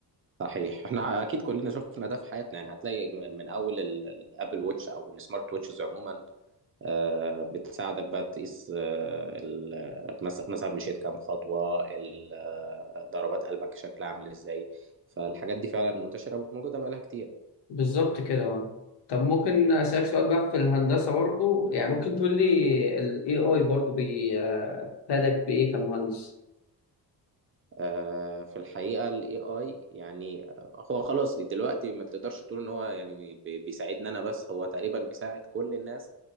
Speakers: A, on the right; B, on the left.
A: صحيح احنا اكيد كلنا شفنا ده في حياتنا يعني هتلاقي م- من اول ال- الابل ووتش او السمارت ووتشز عموما آه، بتساعدك بقى تقيس آه، ال- مس- مثلا مشيت كام خطوه ال- آه، ضربات قلبك شكلها عامل ازاي فالحاجات دي فعلا منتشره وموجوده بقى لها كتير
B: بالظبط كده اه طب ممكن اسالك سؤال بقى في الهندسه برضو يعني ممكن تقول لي الاي اي برضو بي- آه، فادك بايه كمهندس
A: آه، في الحقيقة ال AI يعني هو خلاص دلوقتي ما تقدرش تقول ان هو يعني بي- بيساعدنا انا بس هو تقريبا بيساعد كل الناس